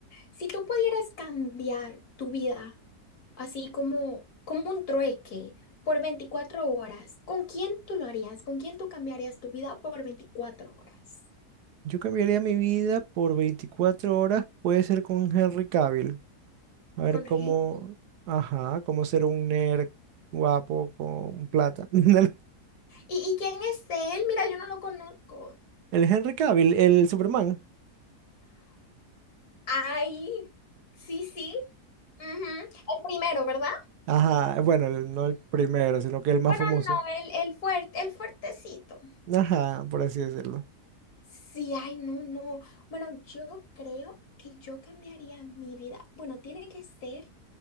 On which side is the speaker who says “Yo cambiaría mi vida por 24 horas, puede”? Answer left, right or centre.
Right